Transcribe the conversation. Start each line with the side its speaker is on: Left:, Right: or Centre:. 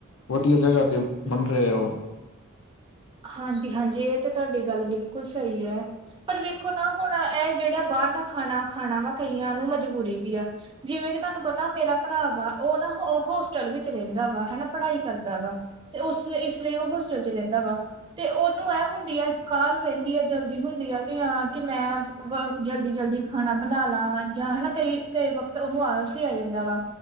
Left: ਵਧੀਆ ਜਗ੍ਹਾ ਤੇ, ਬਣ ਰਿਹਾ ਆ ਉਹ।
Right: ਹਾਂਜੀ-ਹਾਂਜੀ, ਇਹ ਤੇ ਤੁਹਾਡੀ ਗੱਲ ਬਿਲਕੁਲ ਸਹੀ ਐ। ਪਰ ਵੇਖੋ ਨਾ, ਹੁਣ ਐ ਜਿਹੜਾ ਬਾਹਰ ਦਾ ਖਾਣਾ, ਖਾਣਾ ਵਾ ਕਈਆਂ ਨੂੰ ਮਜਬੂਰੀ ਵੀ ਆ, ਜਿਵੇਂ ਕਿ ਤੁਹਾਨੂੰ ਪਤਾ ਮੇਰਾ ਭਰਾ ਵਾ ਉਹ ਨਾ ਹੋਸਟਲ ਵਿੱਚ ਚ ਰਹਿੰਦਾ ਵਾ, ਹੈਨਾ ਪੜ੍ਹਾਈ ਕਰਦਾ ਵਾ, ਤੇ ਉਸ, ਇਸ ਲਈ ਉਹ ਹੋਸਟਲ'ਚ ਰਹਿੰਦਾ ਵਾ। ਤੇ ਉਹਨੂੰ ਐ ਹੁੰਦੀ ਆ, ਕਾਲ ਰਹਿੰਦੀ ਆ ਜਲਦੀ ਹੁੰਦੀ ਆ, ਕਿ ਹਾਂ ਕਿ ਮੈਂ ਜਲਦੀ-ਜਲਦੀ ਖਾਣਾ ਬਣਾਲਾਂ, ਜਾਂ ਹਨਾ ਕਈ ਵਕਤ ਉਹਨੂੰ ਆਲਸ ਈ ਆ ਜਾਂਦਾ ਵਾ।